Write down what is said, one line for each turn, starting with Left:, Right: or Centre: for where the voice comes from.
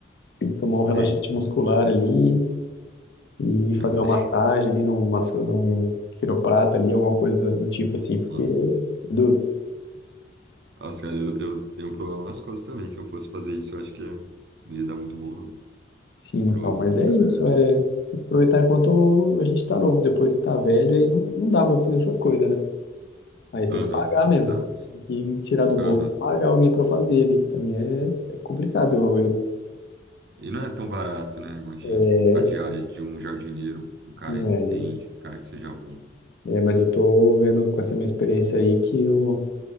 Left: Tem que tomar
Right: Sei,
Left: um relaxante muscular ali. e fazer
Right: eu sei.
Left: uma massagem
Right: <laughs>
Left: ali num, masso- num quiroprata ali, alguma coisa do tipo assim, porque
Right: Nossa,
Left: é duro.
Right: Nossa, cara, eu, eu tenho um problema nas costas também. Se eu fosse fazer isso, eu acho que ia- não ia dar muito bom, não.
Left: Sim,
Right: Provavelmente
Left: então, mas é
Right: ia
Left: isso,
Right: dar errado.
Left: é, tem que aproveitar enquanto a gente tá novo, depois que tá velho, aí não, não dá mais pra fazer essas coisas, né? Aí tem
Right: Aham,
Left: que pagar mesmo,
Right: exato.
Left: e tirar do bolso,
Right: Aham.
Left: pagar alguém pra fazer ali, que também é, é complicado, eu, eu-
Right: E não é tão barato, né? Imagino.
Left: é,
Right: A
Left: é,
Right: diária de um jardineiro, um cara
Left: não
Right: que entende,
Left: é, né?
Right: um cara que seja bom.
Left: é, mas eu tô vendo com essa minha experiência aí que eu